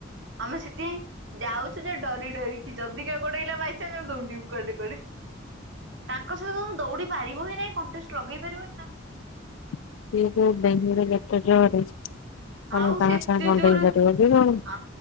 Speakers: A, on the right; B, on the left.
A: ଆମେ ସେଥିପାଇଁ ଯାଉଛୁ ଯେ ଡରି ଡରିକି ଯଦିି କିଏ ଗୋଡେଇଲା ବାଇଚାନ୍ସ ଆମେ ଦୌଡିବୁ। କ୍ୱାଡ଼େ କୁଆଡ଼େ। ତାଙ୍କ ସହିତ ଦୌଡି ପାରିବୁ ହିଁ ନାଇଁ କଣ୍ଟେଷ୍ଟ ଲଗେଇ ପାରିବୁନି ତାଙ୍କ।
B: <unintelligible> ତମେ ତାଙ୍କ ସାଙ୍ଗେ କଣ
A: ଆଉ ସେ ଏତେ ଜୋର
B: ଡେଇଁପାରିବ କି କଣ?
A: ଆ